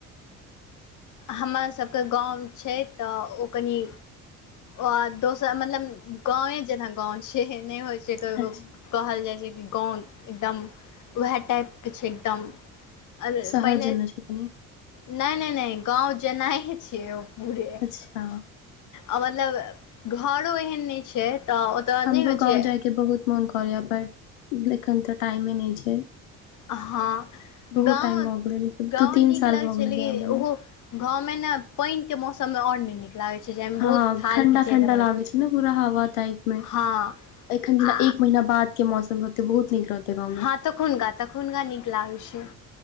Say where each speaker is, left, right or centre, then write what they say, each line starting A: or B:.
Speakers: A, on the left; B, on the left.
A: हमरासभके गाम छै तऽ ओ कनि। आ दोसर मतलब गाँवे जेना गाँव छै नहि होइ छै ककरो।
B: अच्छा
A: कहल जाइ छै कि गाँव एकदम उएह टाइपके छै, एकदम। अर
B: शहर
A: पहिले
B: जेना छै कनि
A: नहि-नहि-नहि, गाँव जेनाइ छियै ओ। बढ़े,
B: अच्छा
A: अ मतलब घरो एहन नहि छै तऽ। ओतय
B: हमरो
A: नहि होइ
B: गांव
A: छै
B: जाय के बहुत मोन करेये पर एखन ते टाइमें नहि छै।
A: हँ
B: बहुत
A: गाँव-गाँव
B: टाइम भऽ गेलै मतलब दू तीन
A: नीक
B: साल
A: लगै
B: भऽ
A: छै
B: गेलै
A: लेकिन
B: गेला गेला
A: ओहो। गाँव में ने पानि के मौसम मे आओर नइ नीक। लागै छै। जाहिमे
B: हँ
A: बहुत थाल
B: ठण्डा-ठण्डा
A: खीचै रहल
B: लागै छै ने, पूरा हवा टाइप में।
A: हँ
B: एखन
A: आ
B: जेना एक महीना बाद के मौसम रहते बहुत नीक रहते गाँव
A: हँ
B: में।
A: तखुनका- तखुनका नीक लागै छै।